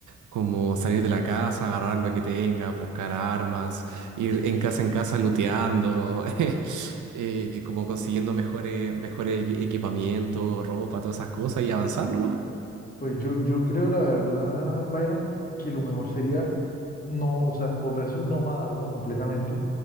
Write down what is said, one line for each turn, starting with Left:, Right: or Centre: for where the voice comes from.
Right: Como salir de la casa, agarrar lo que tengas, buscar armas, ir en casa en casa looteando, <laughs> eh, como consiguiendo mejores, mejores equi- equipamiento, ropa, todas esas cosas y avanzar nomás.
Left: pues yo, yo creo la verdad, Byron, que lo mejor sería no, o sea, volverse un nómada uno completamente,